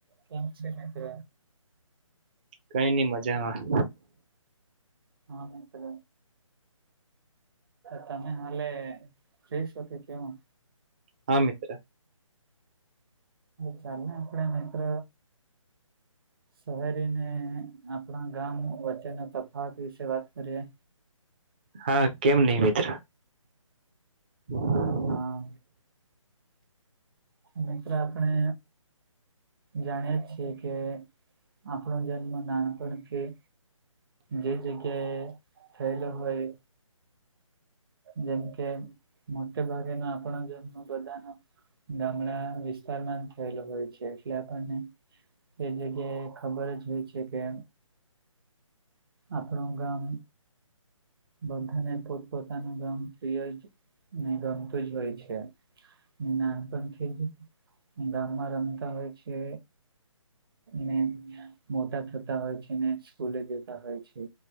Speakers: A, on the right; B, on the right.
A: કેમ છે મિત્ર?
B: કઈ નઈ મજામાં.
A: હા મિત્ર જ તમે હાલે જઈશો કે કેવું?
B: હા મિત્ર.
A: ચાલે આપડે મિત્ર શહેરીને આપણા ગામ વચ્ચેના તફાત વિશે વાત કરીએ.
B: હા કેમ નહિ મિત્ર. હ
A: હા મિત્ર આપણે જાણીએ છીએ કે આપણો જન્મ નાનપણથી જે જગ્યા એ થયેલો હોય જેમ કે મોટે ભાગેનો આપણ જન્મ બધાનો ગામડા વિસ્તારમાં થયેલો હોય છે એટલે આપણને તે જગ્યાએ ખબર જ હોય છે કે અપણ ગામ બધાને પોતપોતાનું ગામ પ્રિય જ ને ગમતું જ હોય છે. નાનપણથી જ ગામમાં રમતા હોય છે. ને મોટા થતા હોય છે, ને સ્કૂલે જતા હોય છે.